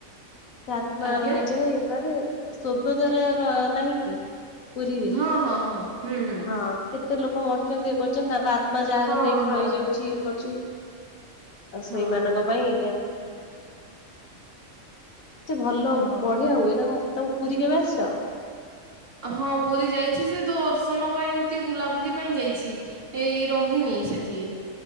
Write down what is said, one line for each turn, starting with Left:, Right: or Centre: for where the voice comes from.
Left: ସେ ଆତ୍ମା
Right: ଆଜ୍ଞା।
Left: ରହିଯାଏ ତାର ସ୍ଵର୍ଗ ଦ୍ଵାରାର ନାହିଁ କି। ପୁରୀରେ
Right: ହଁ-ହଁ-ହଁ, ହୁଁ-ହୁଁ।
Left: ହଁ କେତେ ଲୋକ ମରୁଛନ୍ତି ଇଏ କରୁଛନ୍ତି ତାଙ୍କ ଆତ୍ମା ଯାହାର
Right: ହଁ
Left: ସେଇଠି
Right: ହଁ
Left: ରହିଯାଉଛି ଇଏ କରୁଛି। ଆଉ
Right: ହଁ
Left: ସେଇମାନଙ୍କ ପାଇଁ ଏଇଟା। ଏତେ ଭଲ
Right: ହଁ।
Left: ବଢିଆ ହୁଏ, ତମ ତମେ ପୁରୀ କେବେ ଆସିଛ?
Right: ହଁ ପୁରୀ ଯାଇଛି ସେ ଦର୍ଶନ ପାଇଁ ଏମତି ବୁଲାବୁଲି ପାଇଁ ଯାଇଛି। ଏଇ ରହିନି ସେଠି।